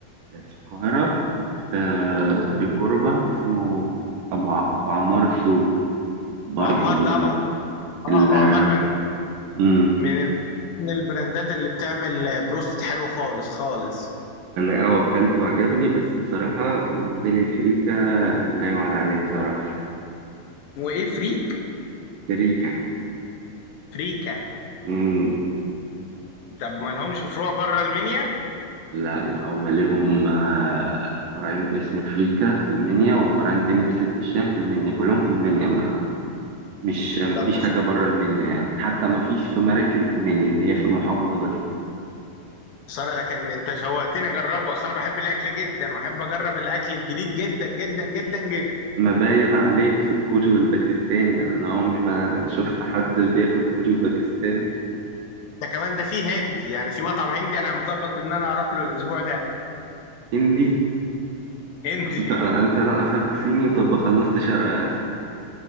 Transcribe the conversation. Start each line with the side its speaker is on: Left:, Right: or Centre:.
Right: في القاهرة في
Left: ابو
Right: في الكوربة اسمه أبو ع- أبو عمار السوري برضو
Left: عمار
Right: <laughs> ال...
Left: طبعا اه
Right: ال...
Left: ابو عمار من
Right: مم.
Left: من ال- من البراندات اللي بتعمل بروست حلو خالص خالص
Right: أنا اه أكلته وعجبني بس بصراحة بالنسبة لي فريكة لا يعلى عليه بصراحة
Left: وايه فريك
Right: فريكة
Left: فريكا
Right: مم.
Left: طب ما لهمش فروع بره المنيا
Right: لا لا هما ليهم آه، فرعين باسم فريكة في المنيا وفرعين تاني بست الشام في المنيا كلهم في المنيا ما مش
Left: مم.
Right: مفيش
Left: طب
Right: حاجة بره المنيا يعني حتى مفيش في مراكز المنيا هي في المحافظة بس
Left: خساره لكن انت شوقتني اجربه اصل انا بحب الاكل جدا واحب اجرب الاكل الجديد جدا جدا جدا جدا
Right: ما باين عليك في الكوري والباكستاني يعني أنا عمري ما شفت حد بياكل كوري وباكستاني
Left: ده كمان ده فيه هندي يعني في مطعم هندي انا مظبط ان انا هروح له الاسبوع ده
Right: هندي
Left: هندي
Right: أنت أنت ناقصك صيني طب خلصت شرق آسيا